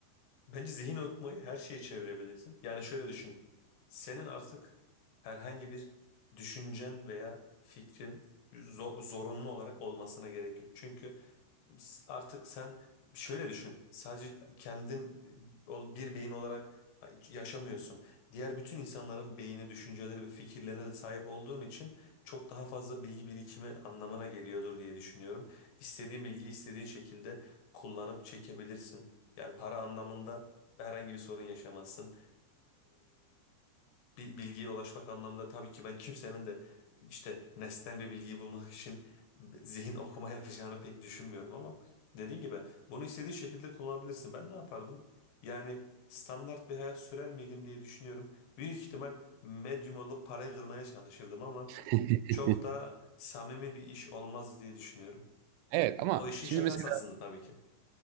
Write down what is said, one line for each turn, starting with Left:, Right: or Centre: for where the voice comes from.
Left: Bence zihin okumayı her şeye çevirebilirsin. Yani şöyle düşün. Senin artık herhangi bir düşüncen veya fikrin zo- zorunlu olarak olmasına gerek yok. Çünkü artık sen şöyle düşün. Sadece kendin ol- bir beyin olarak yaşamıyorsun. Diğer bütün insanların beyni, düşünceleri ve fikirlerine de sahip olduğun için çok daha fazla bilgi birikimi anlamına geliyordur diye düşünüyorum. İstediğin bilgiyi istediğin şekilde kullanıp çekebilirsin. Yani para anlamında herhangi bir sorun yaşamazsın bir bilgiye ulaşmak anlamında tabii ki ben kimsenin de işte nesnel bir bilgiyi bulmak için zihin okuma <laughs> yapacağını pek düşünmüyorum ama dediğin gibi bunu istediğin şekilde kullanabilirsin. Ben ne yapardım? Yani standart bir hayat sürer miydim diye düşünüyorum. Büyük ihtimal medyum olup parayı kırmaya çalışırdım ama
Right: <laughs>
Left: çok da samimi bir iş olmaz diye düşünüyorum.
Right: Evet ama
Left: O işin
Right: şimdi
Left: şakası
Right: mesela
Left: aslında tabii ki.